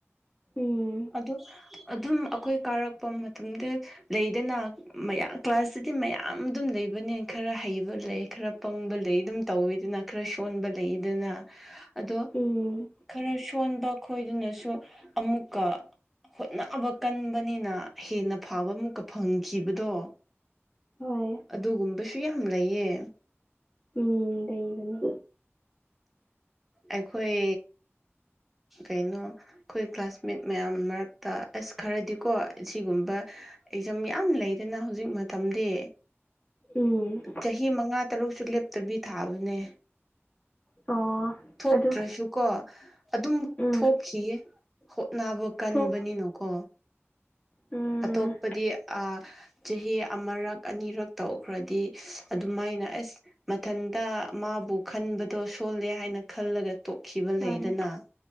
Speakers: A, on the left; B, in the centre.
A: ꯎꯝ꯫
B: ꯑꯗꯨ ꯑꯗꯨꯝ ꯑꯈꯣꯏ ꯀꯥꯔꯛꯄ ꯃꯇꯝꯗ ꯂꯩꯗꯅ꯫ ꯃꯌꯥꯝ ꯀ꯭ꯂꯥꯁꯇꯗꯤ ꯃꯌꯥꯝ ꯑꯗꯨꯝ ꯂꯩꯕꯅꯦ ꯈꯔ ꯍꯩꯕ ꯂꯩ ꯈꯔ ꯄꯪꯕ ꯂꯩ ꯑꯗꯨꯝ ꯇꯧꯋꯦꯗꯅ꯫ ꯈꯔ ꯁꯣꯟꯕ ꯂꯩꯗꯅ꯫ ꯑꯗꯣ
A: ꯎꯝ
B: ꯈꯔ ꯁꯣꯟꯕ ꯈꯣꯏꯗꯨꯅꯁꯨ ꯑꯃꯨꯛꯀ꯫ ꯍꯣꯠꯅꯕ ꯀꯟꯕꯅꯤꯅ ꯍꯦꯟꯅ ꯐꯕ ꯑꯃꯨꯛꯀ ꯐꯪꯈꯤꯕꯗꯣ꯫
A: ꯍꯣꯏ
B: ꯑꯗꯨꯒꯨꯝꯕꯁꯨ ꯌꯥꯝ ꯂꯩꯌꯦ꯫
A: ꯎꯝ꯫ ꯂꯩꯕꯅꯦ
B: ꯑꯩꯈꯣꯏ꯫ ꯀꯩꯅꯣ ꯑꯈꯣꯏ ꯀ꯭ꯂꯥꯁꯃꯦꯠ ꯃꯌꯥꯝ ꯃꯔꯛꯇ ꯑꯁ ꯈꯔꯗꯤꯀꯣ ꯑꯁꯤꯒꯨꯝꯕ꯫ ꯑꯦꯛꯖꯝ ꯌꯥꯝ ꯂꯩꯗꯅ ꯍꯧꯖꯤꯛ ꯃꯇꯝꯗꯤ꯫
A: ꯎꯝ
B: ꯆꯍꯤ ꯃꯉꯥ ꯇꯔꯨꯛꯁꯨ ꯂꯦꯞ꯫ ꯇꯕꯤ ꯊꯥꯕꯅꯦ
A: ꯑꯣ
B: ꯊꯣꯛꯇ꯭ꯔꯁꯨꯀꯣ
A: ꯑꯗꯨ
B: ꯑꯗꯨꯝ꯫
A: ꯎꯝ
B: ꯈꯤꯌ‌ꯦ ꯍꯣꯠꯅꯕ ꯀꯟꯕꯅꯤꯅꯣꯀꯣ꯫
A: ꯊꯣꯛ ꯎꯝ
B: ꯑꯇꯣꯞꯄꯗꯤ ꯑꯥ꯫ ꯆꯍꯤ ꯑꯃꯔꯛ ꯑꯅꯤꯔꯛ ꯇꯧꯈ꯭ꯔꯗꯤ ꯑꯗꯨꯃꯥꯏꯅ ꯑꯁ꯫ ꯃꯊꯟꯇ ꯃꯥꯕꯨ ꯈꯟꯕꯗꯣ ꯁꯣꯜꯂꯦ ꯍꯥꯏꯅ ꯈꯜꯂꯒ ꯇꯣꯛꯈꯤꯕ
A: ꯍꯣꯏ
B: ꯂꯩꯗꯅ꯫